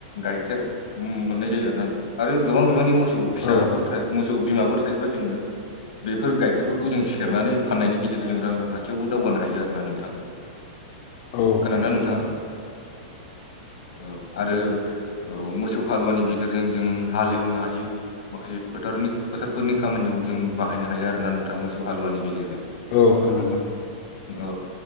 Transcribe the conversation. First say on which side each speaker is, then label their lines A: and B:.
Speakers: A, on the left; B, on the left.
A: गाइखेर मोननाय जायो आरोा नंथां आरो गोबां बिबांनि मोसौ फिसाफोर
B: ओं
A: था मोसौ बिमाफोर थायोबा जोङो बेफोर गाइखेरफोरखौ जों सेरनानै फाननायनि गेजेरजों रां रांखान्थियावबो दावगानो हायो आरो ना नोंथां।
B: औ
A: खोनादोंना
B: नंगौ
A: नोंथाङा?
B: नोंथां
A: औ आरो औ मोसौ हालुवानि गेजेरजों जों हालेवनो हायो। माखासे फोथारनि फोथारफोरनि खामानियाव जों बाहायनो हायो आरोना नोंथाङा मोसौ हालुवानि गेजेरजों।
B: औ खोनादों।
A: औ